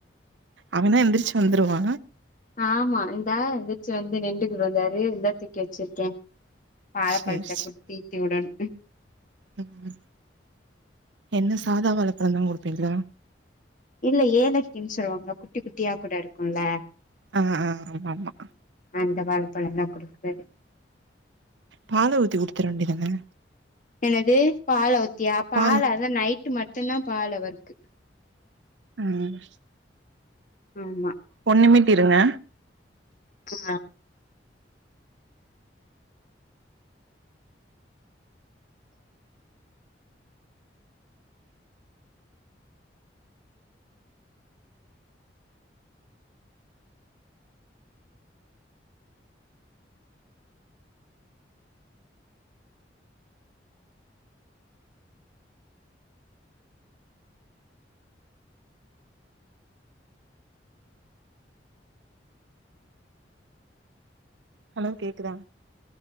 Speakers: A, on the right; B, on the left.
A: அவனா எந்திரிச்சு வந்துருவா
B: ஆமா இந்தா எந்திரிச்சு வந்து நிண்டுகிடுகிடந்தாரு இந்த தூக்கி வச்சிருக்கே வாழபழத்த
A: சேரி சேரி
B: குடுத்து தித்தி விடனு
A: ம் என்ன சாதா வாழப்பழம் தா குடுப்பீங்ளா
B: இல்ல ஏலக்கின்னு சொல்லுவாங்க குட்டி குட்டியா கூட இருக்குல்ல
A: அ அ ஆமா ஆமா
B: அந்த வாழபழந்தா குடுக்கறது
A: பால ஊத்தி குடுத்துர வேண்டியதான
B: என்னது பால ஊத்தியா பால
A: பால்
B: அத்தா நைட்டு மட்டுந்தா பால் அவர்க்கு
A: ம்
B: ஆமா
A: ஒன் நிமிட் இருங்க
B: ஆ
A: ஹலோ கேக்குதா